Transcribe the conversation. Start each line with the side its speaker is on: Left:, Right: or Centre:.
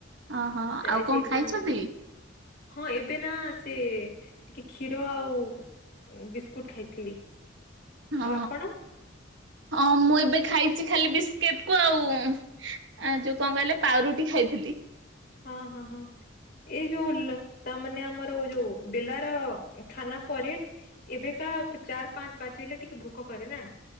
Right: ଓହୋ
Left: ତ
Right: ଆଉ
Left: ଆଜି
Right: କଣ
Left: ଏକ୍ଜାମ
Right: ଖାଇଚନ୍ତି?
Left: ହଁ ଏବେ ନା ସେ ଟିକେ କ୍ଷୀର ଆଉ ବିସ୍କୁଟ ଖାଇଥିଲି।
Right: ହଁ
Left: ଆଉ ଆପଣ
Right: ହଁ ମୁଁ ଏବେ ଖାଇଚି ଖାଲି ବିସ୍କିଟ କୁ ଆଉଁ ଆ ଯୋଉ କଣ କହିଲେ ପାଉରୁଟି ଖାଇଥିଲି।
Left: ହଁ ହଁ ହଁ। ଏଇ ଯୋଉ ତା ମାନେ ଆମର ଯୋଉ ବେଲାର ଖାନା ପରେ ଏବେକା ଚାର୍ ପାଞ୍ଚ ବାଜ ହେଲେ ଟିକେ ଭୋକ କରେ ନା?